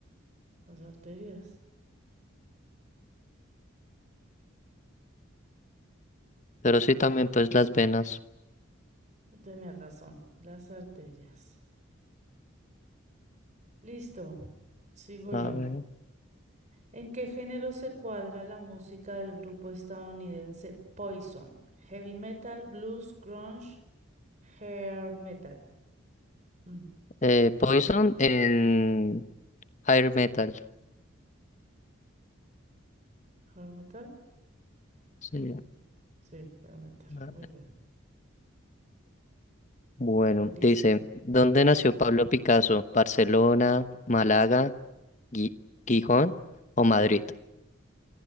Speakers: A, on the right (about 35°); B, on the left (about 35°).
A: Las arterias.
B: pero sí también pues las venas.
A: Tenía razón, las arterias. Listo, sigo
B: A
A: yo.
B: ver.
A: ¿En qué género se cuadra la música del grupo estadounidense Poison? Heavy metal, blues, grunge, hair metal. Mm,
B: Eh, Poison en Higher Metal.
A: ¿Hair metal?
B: Sí.
A: Sí, hair metal.
B: Vale.
A: Muy bien.
B: Bueno,
A: Listo.
B: dice, ¿dónde nació Pablo Picasso? ¿Barcelona, Málaga, Gui- Gijón o Madrid?